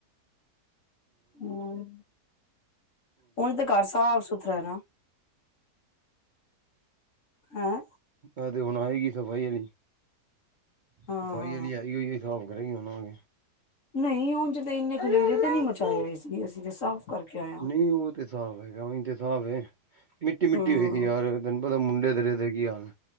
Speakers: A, on the left; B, on the right.
A: ਹੋਰ, ਹੁਣ ਤੇ ਘਰ ਸਾਫ ਸੁਥਰਾ ਹੈ ਨਾ ਹੈਂ
B: ਐ ਤੇ ਹੁਣ ਆਏਗੀ ਸਫ਼ਾਈ ਵਾਲੀ,
A: ਹਾਂ
B: ਸਫ਼ਾਈ ਵਾਲੀ ਆਈ ਹੋਈ ਹੈ ਕਰੇਗੀ ਹੂਣ ਆ ਗਈ
A: ਨਹੀਂ ਉਜ ਤਾਂ ਇੰਨੇ ਖਲੇਰੇ ਤੇ ਨਹੀਂ ਮਚਾਏ ਹੋਏ ਸੀ ਅਸੀਂ ਤੇ ਸਾਫ਼ ਕਰਕੇ ਆਏ ਹਾਂ
B: ਨਹੀਂ ਉਹ ਤੇ ਸਾਫ ਹੈਗਾ, ਉਜ ਤੇ ਸਾਫ਼ ਹੈ ਮਿੱਟੀ-ਮਿੱਟੀ
A: ਹਮ
B: ਹੋਈਦੀ ਯਾਰ ਤੈਨੂੰ ਪਤਾ ਮੁੰਡੇ ਤੇਰੇ ਦੇ ਕੀ ਯਾਰ